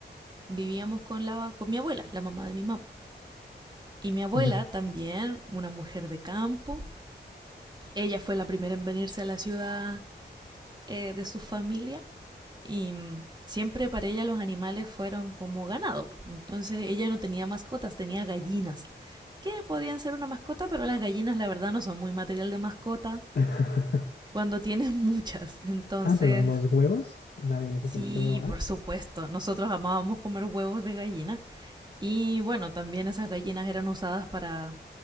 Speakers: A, on the right; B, on the left.
A: vivíamos con, la, con mi abuela, la mamá de mi mamá. Y mi abuela
B: Ujú.
A: también, una mujer de campo, ella fue la primera en venirse a la ciudad eh, de su familia y mm, siempre para ella los animales fueron como ganado. Entonces ella no tenía mascotas, tenía gallinas, que podían ser una mascota, pero las gallinas la verdad no son muy material de mascota
B: <laughs>
A: cuando tienes <laughs> muchas. Entonces,
B: Ah, pero los huevos, nadie les
A: sí,
B: hace el feo, ¿ah?
A: por supuesto, nosotros amábamos comer huevos de gallina y bueno, también esas gallinas eran usadas para